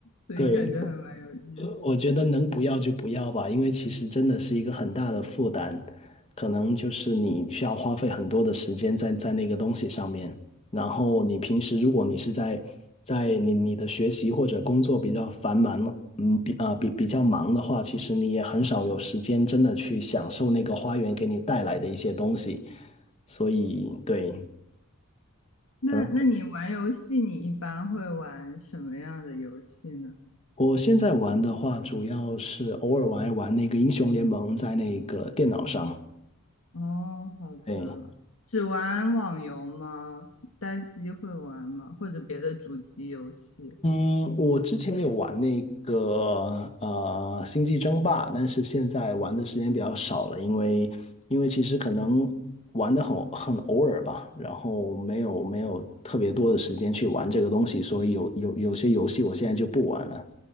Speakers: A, on the left (about 65°); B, on the left (about 30°).
A: 所以感觉还蛮有意思。
B: 对，呃，我觉得能不要就不要吧，因为其实真的是一个很大的负担，可能就是你需要花费很多的时间在在那个东西上面。然后你平时如果你是在在你你的学习或者工作比较繁忙了嗯，比啊、比比较忙的话，其实你也很少有时间真的去享受那个花园给你带来的一些东西。所以对，
A: 那那你玩游戏，
B: 可能
A: 你一般会玩什么样的游戏呢？
B: 我现在玩的话，主要是偶尔玩一玩那个英雄联盟在那个电脑上，
A: 哦，好的，
B: 对。
A: 只玩网游吗？单机会玩吗？或者别的主机游戏？
B: 嗯，我之前有玩那个呃《星际争霸》，但是现在玩的时间比较少了，因为因为其实可能玩的很很偶尔吧，然后没有没有特别多的时间去玩这个东西，所以有有有些游戏我现在就不玩了。